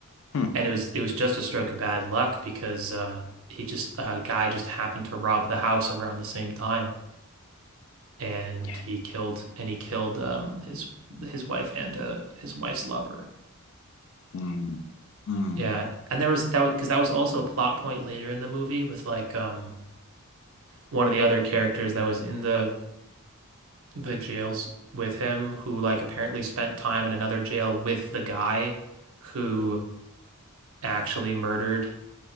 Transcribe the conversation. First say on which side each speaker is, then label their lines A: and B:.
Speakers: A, on the left (about 60°); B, on the right (about 65°).
A: Hmm.
B: and it was it was just a stroke of bad luck because uh, he just a guy just happened to rob the house around the same time, and
A: Yeah.
B: he killed and he killed um, his his wife and uh, his wife's lover.
A: Mm, mm.
B: Yeah, and there was that was because that was also a plot point later in the movie with like um, one of the other characters that was in the the jails with him who like apparently spent time in another jail with the guy who actually murdered